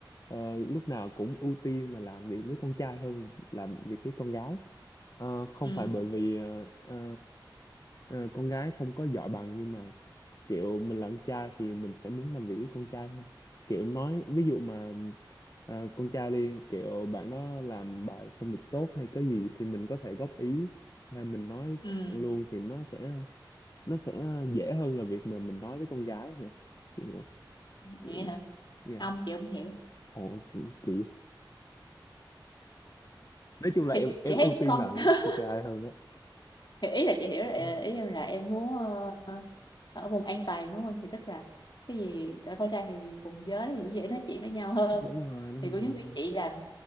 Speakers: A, on the left; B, on the left.
A: ờ, lúc nào cũng ưu tiên là làm việc với con trai hơn là làm việc với con gái Ờ, không
B: ừ
A: phải bởi vì ờ, ờ, ờ, con gái không có giỏi bằng nhưng mà kiểu mình là con trai thì mình sẽ muốn làm việc với con trai hơn kiểu nói ví dụ mà à, con trai đi kiểu bạn đó làm bài không được tốt hay cái gì thì mình có thể góp ý hay mình nói
B: ừ
A: thẳng
B: ừ.
A: luôn thì nó sẽ nó sẽ dễ hơn là việc mà mình nói với con gái hiểu Chị hiểu
B: vậy
A: kiểu
B: hả
A: vậy yeah
B: không chị không hiểu
A: ồ kiểu, kiểu nói chung là
B: thì
A: em em
B: chị thấy
A: ưu tiên
B: con
A: làm
B: <laughs>
A: với con trai hơn á
B: thì ý là chị hiểu là
A: <clears throat>
B: ý em là em muốn ờ, ở vùng an toàn đúng không thì tức là cái gì tại con trai thì cùng giới thì dễ nói chuyện với nhau hơn
A: đúng rồi đúng
B: thì cũng
A: rồi
B: giống như chị làm